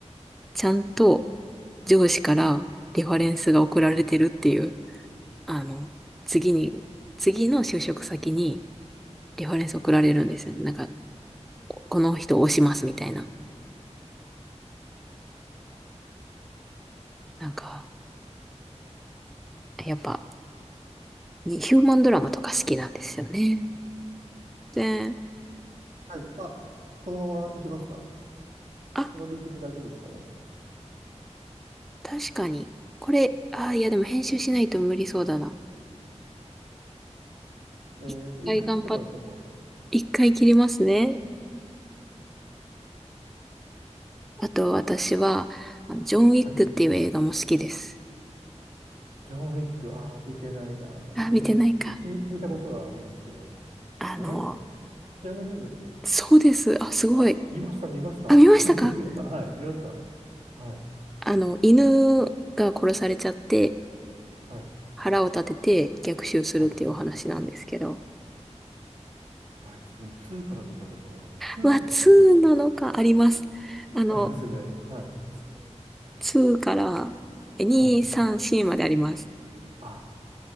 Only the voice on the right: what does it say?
はい。あ、このまま行きますか。
このリンクで大丈夫ですかね。
えっと、
一回切ってもらっても。
はい。ジョン・ウィック、ああ、見てないな。
ジョン・
ウィック、聞、聞いたことはありますけど。
あれキアヌ・リーブス。
あ、見ました、見ました。
<laughs> ジョン・ウィックはい、見ました。はい。
はい。
はい。あれ、自分2から見たのかな ?2
とかありました
ありますよね。
はい。
はい。
あ、